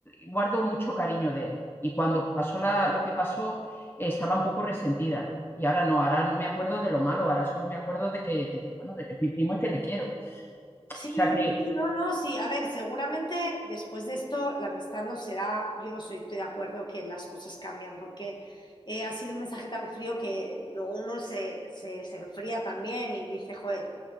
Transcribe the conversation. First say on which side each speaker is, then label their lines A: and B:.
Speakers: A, on the left; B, on the left.
A: guardo mucho cariño de él. Y cuando pasó la, lo que pasó, eh, estaba un poco resentida. Y ahora no, ahora no me acuerdo de lo malo, ahora solo me acuerdo de que, de que, bueno, de que es mi primo y que le quiero.
B: Sí,
A: O sea que
B: sí, no, no, sí. A ver, seguramente después de esto la amistad no será, yo soy, estoy de acuerdo que las cosas cambian porque eh, ha sido un mensaje tan frío que luego uno se, se, se enfría también y dice, joder,